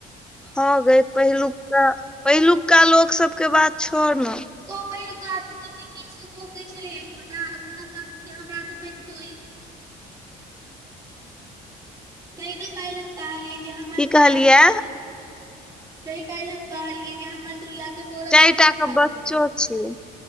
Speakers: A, in the centre; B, on the right.
A: हँ गै पहिलुका पहिलुका लोक सबके बात छौर न
B: क पहिलुका आदमी सब केसो पोके छले एकोटा अखन अपना सब के हमरा तऽ पैकितो यऽ <inaudible> तैय न काल्हि हम कहलियै जे हमर
A: की
B: तुड़ियके
A: कहलियै
B: तैय काल्हि हम कहलियै जे हमर तुुरियाके बौरद
A: चारिटा
B: गाछ सुखा
A: के बच्चो
B: गेलै
A: छै